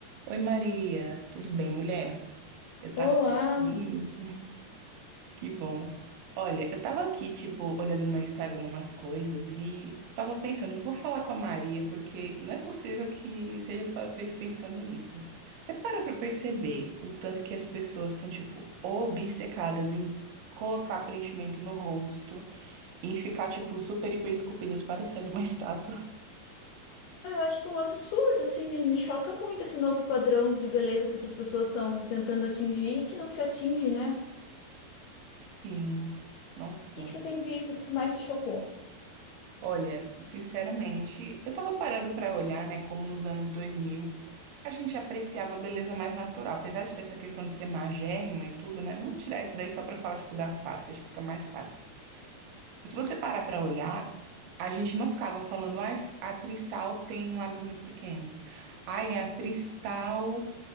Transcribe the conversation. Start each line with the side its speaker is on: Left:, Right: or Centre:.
Right: Oi Maria, tudo bem, mulher? Eu tava
Left: Olá!
Right: aqui, que bom. Olha, eu tava aqui, tipo, olhando no meu Instagram umas coisas e eu tava pensando, vou falar com a Maria, porque não é possível que seja só eu que esteja pensando nisso. Você parou pra perceber o tanto que as pessoas estão, tipo, obcecadas em colocar preenchimento no rosto, em ficar, tipo, super hiper esculpidas, parecendo uma <laughs> estátua?
Left: Ah, Eu acho isso um absurdo, assim, me, me choca muito esse novo padrão de beleza que essas pessoas estão tentando atingir e que não se atinge, né?
Right: Sim, nossa.
Left: O que que você tem visto que mais te chocou?
Right: Olha, sinceramente, eu tava parando pra olhar, né, como nos anos 2000 a gente apreciava a beleza mais natural, apesar de ter essa questão de ser magérrima e tudo, né? Vamos tirar isso daí só pra falar tipo da face, acho que fica mais fácil. Se você parar pra olhar, a gente não ficava falando, ai, a atriz tal tem lábios muito pequenos. Ai, a atriz tal